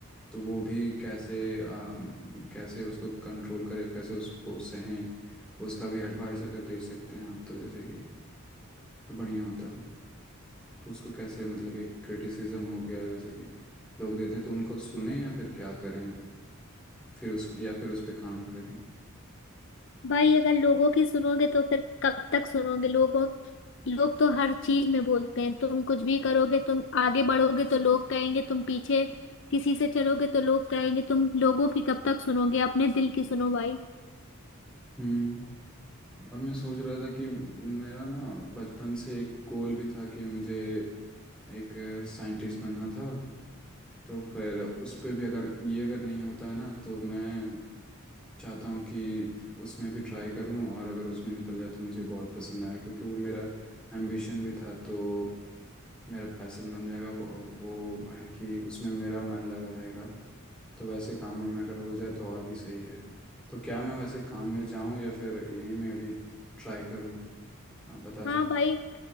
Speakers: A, in the centre; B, on the left.
A: तो वो भी कैसे अम, कैसे उसको कंट्रोल करे कैसे उसको सहें उसका भी एडवाइस अगर दे सकते हैं आप तो जैसे कि तो बढ़िया होता तो उसको कैसे मतलब एक क्रिटिसिज्म हो गया जैसे कि लोग देते हैं तो उनको सुने या फिर क्या करें फिर उस या फिर उस पे काम करें
B: भाई अगर लोगों की सुनोगे तो फिर कब तक सुनोगे लोगों लोग तो हर चीज में बोलते हैं तुम कुछ भी करोगे तुम आगे बढ़ोगे तो लोग कहेंगे तुम पीछे किसी से चलोगे तो लोग कहेंगे तुम लोगों की कब तक सुनोगे अपने दिल की सुनो भाई
A: हम्म और मैं सोच रहा था कि मेरा ना बचपन से एक गोल भी था कि मुझे एक साइंटिस्ट बनना था तो फिर उस पे भी अगर ये अगर नहीं होता है ना तो मैं चाहता हूँ कि उसमें भी ट्राई करूँ और अगर उसमें निकल जाए तो मुझे बहुत पसंद आया क्योंकि वो मेरा एम्बिशन भी था तो मेरा पैसन बन जाएगा वो और वो है कि उसमें मेरा मन लगा रहेगा तो वैसे कामों में अगर हो जाए तो और भी सही है तो क्या मैं वैसे काम में जाऊँ या फिर यहीं में अभी ट्राई करूँ आप बता
B: हाँ
A: सकते
B: भाई